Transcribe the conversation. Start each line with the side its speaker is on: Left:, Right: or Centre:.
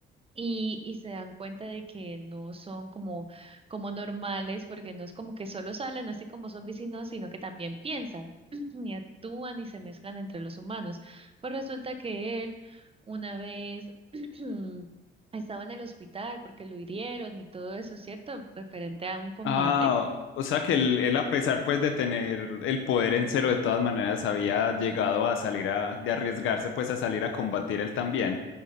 Right: y, y se dan cuenta de que no son como, como normales, porque no es como que solo salen así como son vecinos, sino que también piensan <clears throat> y actúan y se mezclan entre los humanos. Pues resulta que él una vez <clears throat> estaba en el hospital porque lo hirieron y todo eso, ¿cierto? Referente a un combate.
Left: Ah, o sea que él, él, a pesar pues de tener el poder en cero, de todas maneras había llegado a salir a, de arriesgarse pues a salir a combatir él también.